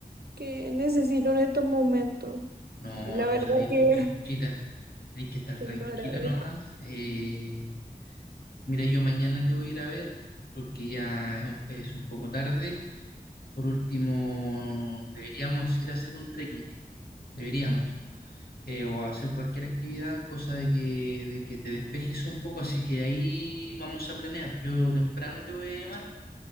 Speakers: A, on the right; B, on the left.
A: que necesito en estos momentos.
B: no,
A: Y la
B: tú
A: verdad
B: sabés,
A: que
B: pues chanchita, tenés que estar
A: te
B: tranquila
A: lo agradezco.
B: nomás. Eh, mira, yo mañana te voy a ir a ver porque ya es un, es un poco tarde. Por último, deberíamos ir a hacer un trekking, deberíamos. eh, o a hacer cualquier actividad, cosa de que, de que te despejes un poco, así que ahí vamos a planear. Yo temprano te voy a llamar